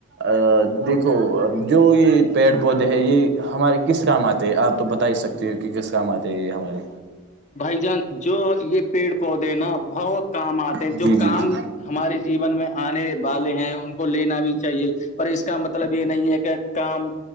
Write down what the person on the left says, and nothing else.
بھائی جان جو یہ پیڑ پودے نا بہت کام آتے ہیں
جو
کام
ہمارے جیون میں آنے والے ہیں ان کو لینا بھی چاہیے پر اس کا مطلب یہ نہیں ہے کہ کام